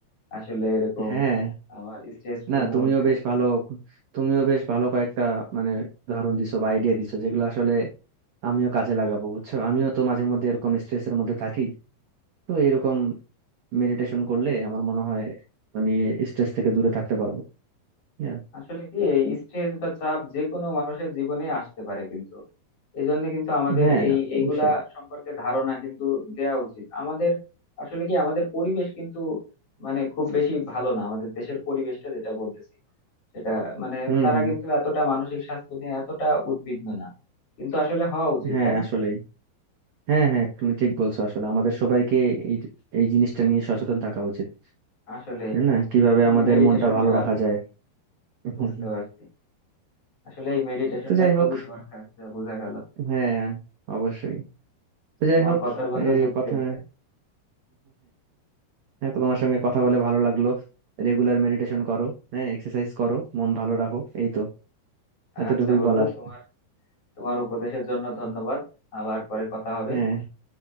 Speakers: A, on the left (about 40°); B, on the right (about 75°).
A: আসলে এরকম
B: হ্যাঁ
A: আমার স্ট্রেসফুল
B: না
A: মুহূর্তে
B: তুমিও বেশ ভালো তুমিও বেশ ভালো কয়েকটা মানে উদাহরণ দিছো বা আইডিয়া দিছো যেগুলো আসলে আমিও কাজে লাগাবো বুঝছো আমিও তো মাঝে মধ্যে এরকম স্ট্রেসের মধ্যে থাকি তো এরকম মেডিটেশন করলে আমার মনে হয় আমি স্ট্রেস থেকে দূরে থাকতে পারবো হ্যাঁ
A: আসলে কি এই স্ট্রেস বা চাপ যে কোনো মানুষের জীবনে আসতে পারে কিন্তু এই জন্য কিন্তু আমাদের
B: হ্যাঁ
A: এই এইগুলা
B: অবশ্যই।
A: সম্পর্কে ধারণা কিন্তু দেয়া উচিত আমাদের আসলে কি আমাদের পরিবেশ কিন্তু মানে খুব বেশি ভালো না আমাদের দেশের পরিবেশটা যেটা বলতেছি সেটা মানে
B: হুম
A: তারা
B: হুম
A: কিন্তু এতটা মানসিক স্বাস্থ্য নিয়ে এতটা উদ্বিগ্ন না কিন্তু আসলে হওয়া উচিত
B: হ্যাঁ
A: তাই না
B: আসলেই হ্যাঁ হ্যাঁ তুমি ঠিক বলছো আসলে আমাদের সবাইকে এই এই জিনিসটা নিয়ে সচেতন থাকা উচিত
A: আসলে
B: তাই না কিভাবে
A: আসলে
B: আমাদের
A: মেডিটেশনটা
B: মনটা ভালো রাখা যায়
A: বুঝতে
B: হুম, হুম।
A: পারছি আসলে এই মেডিটেশনটা
B: তো যাই
A: খুবই
B: হোক
A: দরকার যা বোঝা গেল
B: হ্যাঁ অবশ্যই তো যাই
A: তোমার
B: হোক
A: কথার বন্ধু
B: এই
A: যুক্তি
B: কথা
A: আছে
B: হ্যাঁ তো তোমার সঙ্গে কথা বলে ভালো লাগলো রেগুলার মেডিটেশন করো হ্যাঁ এক্সারসাইজ করো মন ভালো রাখো এই তো এতটুকুই
A: আচ্ছা বন্ধু
B: বলার
A: তোমার তোমার উপদেশের জন্য ধন্যবাদ আবার পরে কথা হবে
B: হ্যাঁ